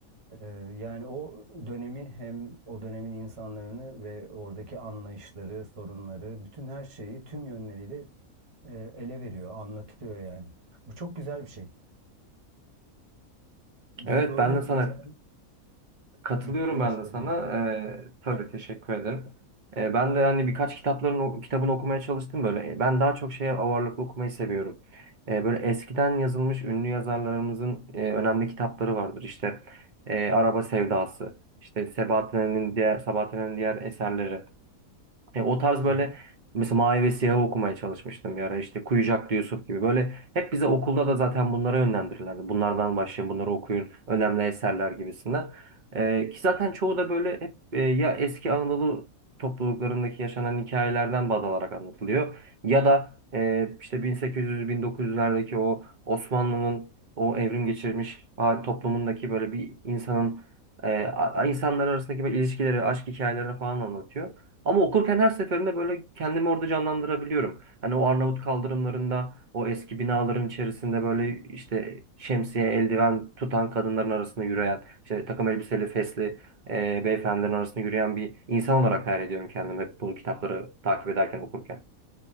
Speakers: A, on the right; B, on the right.
A: Ee, Yani o dönemi hem o dönemin insanlarını ve oradaki anlayışları, sorunları, bütün her şeyi tüm yönleriyle e, ele veriyor, anlatıyor yani. Bu çok güzel bir şey. Ve
B: Evet
A: Böyle
B: ben de sana
A: yazar...
B: Katılıyorum
A: Hı, buyur.
B: ben de
A: seni
B: sana. Ee, tabii teşekkür ederim. Ee, ben de hani birkaç kitapların o- kitabını okumaya çalıştım böyle. Ben daha çok şeye ağırlıklı okumayı seviyorum. Ee, böyle eskiden yazılmış ünlü yazarlarımızın e, önemli kitapları vardır. İşte e, Araba Sevdası, işte Sabahattin'in diğer Sabahattin'in diğer eserleri. E, o tarz
A: dinliyorum.
B: böyle mesela Mavi ve Siyah'ı okumaya çalışmıştım bir ara. işte Kuyucaklı Yusuf gibi böyle hep bize okulda da zaten bunlara yönlendirirlerdi. Bunlardan başlayın, bunları okuyun, önemli eserler gibisinden. E, ki zaten çoğu da böyle hep e, ya eski Anadolu topluluklarındaki yaşanan hikayelerden baz alarak anlatılıyor. Ya da e, işte 1800-1900'lerdeki o Osmanlı'nın o evrim geçirmiş hal- toplumundaki böyle bir insanın e, a- insanlar arasındaki böyle ilişkileri, aşk hikayelerini falan anlatıyor. Ama okurken her seferinde böyle kendimi orada canlandırabiliyorum. Hani o Arnavut kaldırımlarında, o eski binaların içerisinde böyle işte şemsiye, eldiven tutan kadınların arasında yürüyen, işte takım elbiseli, fesli e, beyefendilerin arasında yürüyen bir insan olarak hayal ediyorum kendimi hep bu kitapları takip ederken, okurken.